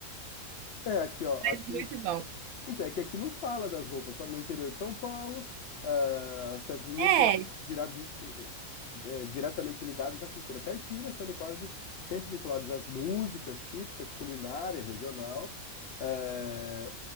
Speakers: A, on the left; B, on the right.
A: É, aqui, ó. Aqui
B: Muito bom.
A: Então, é que aqui não fala das roupas, fala no interior de São Paulo, ah, as festas juninas
B: É,
A: são dirados- eh, eh, diretamente ligadas à cultura caipira, sendo quase sempre vinculadas às músicas típicas, culinária regional, eh,